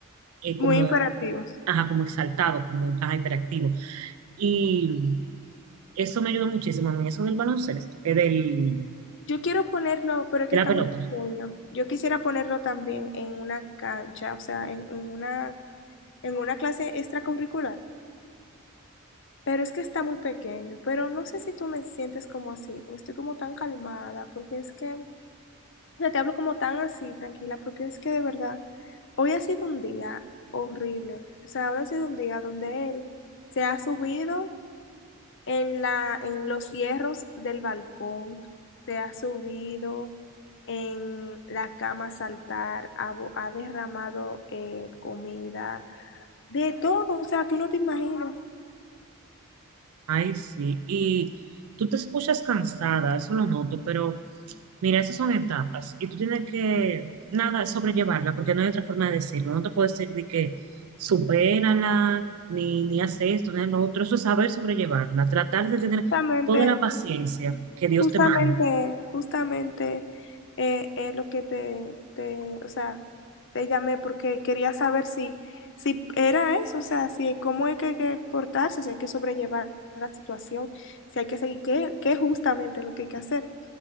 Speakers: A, on the right; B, on the left.
A: eh, como,
B: Muy imperativos.
A: ajá, como exaltados, como ajá, hiperactivos. Y eso me ayudó muchísimo a mí, eso del baloncesto, eh, del,
B: Yo quiero ponerlo, pero es que
A: de la
B: está
A: pelota.
B: muy pequeño. Yo quisiera ponerlo también en una cancha, o sea, en, en una, en una clase extracurricular. Pero es que está muy pequeño, pero no sé si tú me sientes como así, o estoy como tan calmada, porque es que, o sea, te hablo como tan así, tranquila, porque es que de verdad, hoy ha sido un día horrible, o sea, hoy ha sido un día donde él se ha subido en la, en los hierros del balcón, se ha subido en la cama a saltar, ha, bo- ha derramado eh, comida, de todo, o sea, tú no te imaginas,
A: Ay, sí. Y tú te escuchas cansada, eso lo noto, pero mira, esas son etapas y tú tienes que, nada, sobrellevarla, porque no hay otra forma de decirlo. No te puedo decir de que supérala, ni, ni haz esto, ni haz lo otro. Eso es saber sobrellevarla, tratar de tener
B: exactamente.
A: toda la paciencia que
B: Justamente,
A: Dios te mande.
B: justamente eh, es lo que te, te, o sea, te llamé porque quería saber si, si era eso, o sea, si cómo es que hay que portarse, si hay que sobrellevar la situación, si hay que seguir, qué, qué es justamente lo que hay que hacer.